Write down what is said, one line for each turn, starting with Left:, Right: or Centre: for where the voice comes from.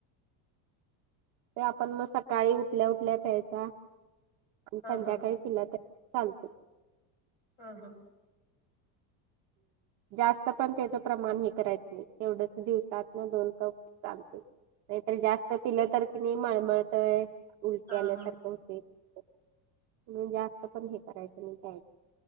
Right: ते आपण मग सकाळी उठल्या उठल्या प्यायचा. आणि
Left: हा
Right: संध्याकाळी
Left: हा
Right: पिला तरी चालत.
Left: ह हा.
Right: जास्त पण त्याच प्रमाण हे करायच नाही तेवढच दिवसात ना दोन कप. चांगते नाहीतरी जास्त पिलं तर कि नाही मळमळतय. उलटे आल्यासारख
Left: हा हा
Right: होतय म्हणून जास्त पण हे करायच मी त्याय